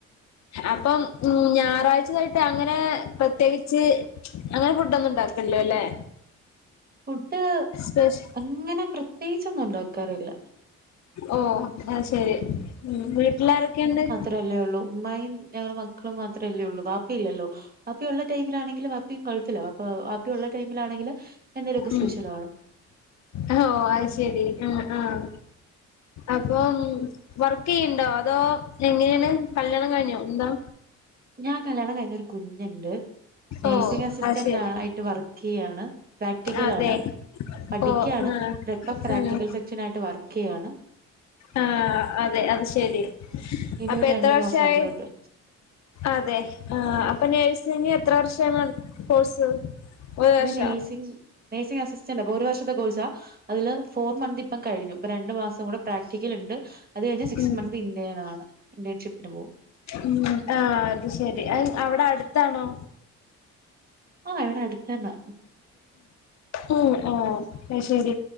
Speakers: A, on the left; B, on the right.
A: അപ്പം ഉം ഞായറാഴ്ച യിട്ട് അങ്ങനെ പ്രത്യേകിച്ച് അങ്ങനെ ഫുഡ ഒന്നും ഉണ്ടാകല്ൽല്ല അല്ലേ?
B: ഫുഡ്
A: സ്പെഷ്
B: അങ്ങനെ പ്രത്യേകിച്ചൊന്നും ഉണ്ടാക്കാറില്ല.
A: ഓ അത് ശരിഉം വീട്ടിലാരൊക്കെയുണ്ട്?
B: ത്രല്ലേ ഉള്ളൂ ഉമ്മായും ഞങ്ങള് മക്കളും മാത്രല്ലേ ഉള്ളൂ വാപ്പി ഇല്ലല്ലോ? അപ്പിയഉള്ളടൈമിലാണെങ്കിലുംആപ്പിയും ഗൾഫില അപ്പആപ്പിയുള്ള ടൈമിലാണെങ്കില് എന്തേലു ഒക്കെ
A: ഉം
B: സ്പെഷ്യൽ വാണം
A: ഓ അത് ശരി ആഹ് ആഹ് അപ്പം വർക്ക് ചെയ്യണ്ടോ അതോ എങ്ങനെയാണ് കല്യാണം കഴിഞ്ഞോ എന്താ?
B: ഞാൻ കല്യാണം കഴിഞ്ഞ് ഒരു കുഞ്ഞുണ്ട് നേഴ്സിംഗ്അസിസ്റ്റന്റ്
A: ഓ അത് ശരി
B: ആയിട്ട് വർക്ക് ചെയ്യാണ് പ്രാക്ടിക്കൽ
A: അതെ
B: ആണ് പഠിക്കാണ്
A: ഓ ആഹ്
B: ഇപം പ്രാക്ടിക്കൽ
A: ആഹ്
B: സെക്ഷൻ ആയിട്ട് വർക്ക് ചെയ്യാണ്
A: ആഹ് അതെ അത് ശരി
B: ഇനി
A: അപ്പൊ
B: ഒരു
A: എത്ര
B: രണ്ടു
A: വർഷായി?
B: മാസവും കൂടെ ഉണ്ട്
A: അതെ ആഹ് അപ്പൊ നഴ്സ് ഇനിഎത്ര വർഷാണ് കോഴ്സ്? ഒരു വർഷോ
B: ഇത് നഴ്സിംഗ നേഴ്സിംഗ് അസിസ്റ്റന്റ് അപ്പ ഒരു വർഷത്തെ കോഴ്സാ? അതില് ഫോർ മന്ത് ഇപ്പം കഴിഞ്ഞു ഇപ്പ രണ്ടു മാസം കൂടെ പ്രാക്ടിക്കൽ ഇണ്ട് അത് കഴിഞ്ഞാൽ സിക്സ്
A: ഉം
B: മന്ത് ഇന്ത്യ നാണ് ഇന്ത്യേൺഷിപ്പിന് പോകും
A: ഉം ആഹ് അത് ശരി അവിടെ അടുത്താണോ?
B: ആഹ് ഇവടെ അടുത്തന്നാ
A: ഉം ഉം അത് ശരി